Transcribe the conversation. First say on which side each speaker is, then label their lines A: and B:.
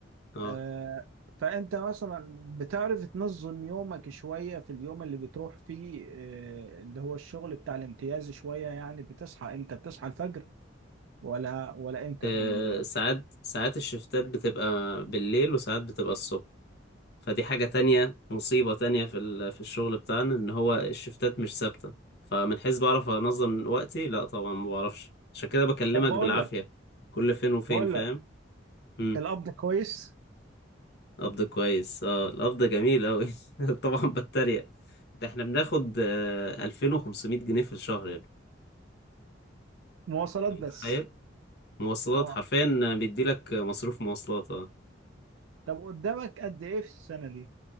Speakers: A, on the left (about 55°); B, on the right (about 85°).
A: اه
B: آه فانت مثلا بتعرف تنظم يومك شوية في اليوم اللي بتروح فيه آه اللي هو الشغل بتاع الامتياز شوية يعني بتصحى امتى بتصحى الفجر ولا ولا امتى
A: آه،
B: بال...
A: ساعات ساعات الشفتات بتبقى بالليل وساعات بتبقى الصبح فدي حاجة تانية مصيبة تانية في ال- في الشغل بتاعنا ان هو الشفتات مش ثابتة فمن حيث بعرف انظم وقتي لا طبعا ما بعرفش عشان كده بكلمك
B: طب بقول
A: بالعافية
B: لك
A: كل فين وفين
B: بقول
A: فاهم
B: لك
A: امم
B: القبض كويس
A: قبض كويس اه القبض جميل اوي <laughs> طبعا بتريق ده احنا بناخد آه، 2500 جنيه في الشهر يا ابني
B: مواصلات
A: انت متخيل
B: بس
A: مواصلات
B: اه
A: حرفيا بيديلك مصروف مواصلات اه
B: طب قدامك قد ايه في السنة دي